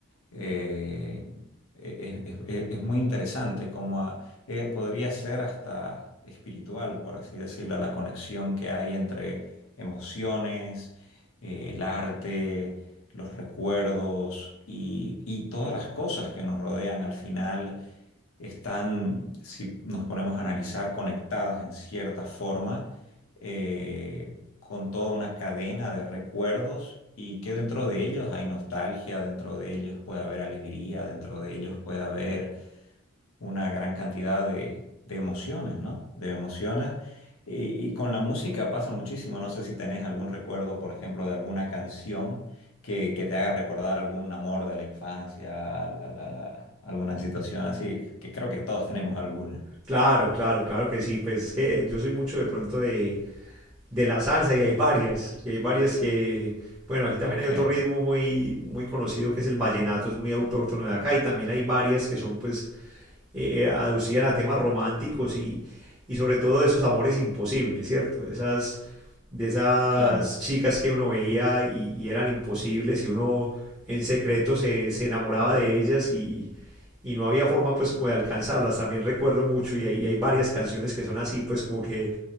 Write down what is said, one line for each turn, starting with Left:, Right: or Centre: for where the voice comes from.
Left: Eh, e-, es, es- es- es muy interesante, como a- eh, podría ser hasta espiritual, por así decirlo, la conexión que hay entre emociones, eh, el arte, los recuerdos y, y todas las cosas que nos rodean al final están, si nos ponemos a analizar, conectadas en cierta forma eh, con toda una cadena de recuerdos y que dentro de ellos hay nostalgia, dentro de ellos puede haber alegría, dentro de ellos puede haber una gran cantidad de, de emociones, ¿no? De emociones. Y, y con la música pasa muchísimo. No sé si tenés algún recuerdo, por ejemplo, de alguna canción que, que te haga recordar algún amor de la infancia, al- al- al- alguna situación así, que creo que todos tenemos alguna.
Right: Claro, claro, claro que sí. Pues que yo soy mucho de pronto de, de la salsa y hay varias. Y hay varias que, bueno, aquí también
Left: Ok,
Right: hay otro ritmo muy, muy conocido que es el vallenato, es muy autóctono de acá. Y también hay varias que son pues eh, eh, aducían a temas románticos y, y sobre todo de esos amores imposibles, ¿cierto? Esas, de esas
Left: claro.
Right: chicas que uno veía y, y eran imposibles y uno en secreto se, se enamoraba de ellas y, y no había forma pues como de alcanzarlas. También recuerdo mucho y hay, y hay varias canciones que son así pues como que